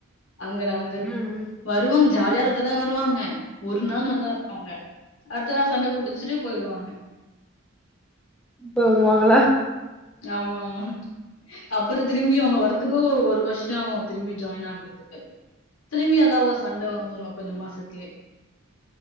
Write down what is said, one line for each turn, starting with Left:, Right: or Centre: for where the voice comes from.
Left: அங்க நடந்திருக்கு
Centre: ம் ம்
Left: வருவாங்க ஜாலியா இருக்க தா வருவாங்க ஒரு நாள் நல்லா இருப்பாங்க அடுத்த நாள் சண்ட புடுச்சுட்டு போய்ருவாங்க
Centre: போய்ருவாங்களா
Left: ஆம்மாம்மா அப்பறோ திரும்பியு அவுங்க வர்றத்துக்கு ஒரு வருஷோ ஆவு திரும்பி ஜாய்ன் ஆகுறதுக்கு திரும்பி ஏதா ஒரு சண்ட
Centre: ம்
Left: வந்துரு கொஞ்சோ மாசத்துலையே